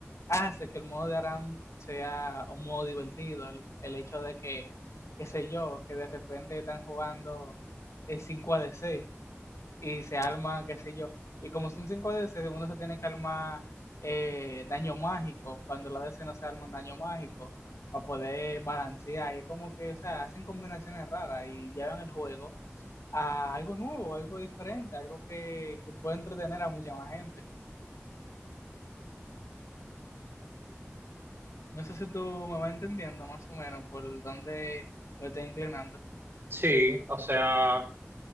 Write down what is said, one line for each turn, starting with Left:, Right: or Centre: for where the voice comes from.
Left: hace que el modo de Aram sea un modo divertido. El, el hecho de que, qué sé yo, que de repente están jugando eh, 5 ADC y se arma, qué sé yo. Y como son 5D, uno se tiene que armar eh, daño mágico, cuando la DC no se arman daño mágico, para poder balancear. Y es como que, o sea, hacen combinaciones raras y llevan el juego a algo nuevo, algo diferente, algo que, que puede entretener a mucha más gente. No sé si tú me vas entendiendo más o menos por dónde me estoy inclinando.
Right: Sí, o sea,